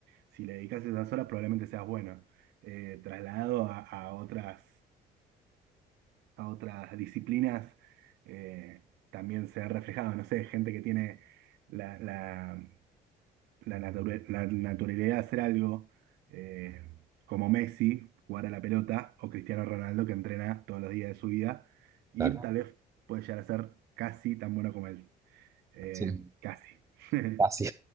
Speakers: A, on the right (about 80°); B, on the right (about 20°).
A: si le dedicas esas horas probablemente seas bueno. Eh, trasladado a, a otras, a otras disciplinas, eh, también se ha reflejado, no sé, gente que tiene la, la la, nature- la naturalidad de hacer algo eh, como Messi, jugar a la pelota, o Cristiano Ronaldo, que entrena todos los días de su vida, y
B: Claro,
A: tal vez puede llegar a ser casi tan bueno como él. Eh,
B: sí.
A: casi. <laughs>
B: Así.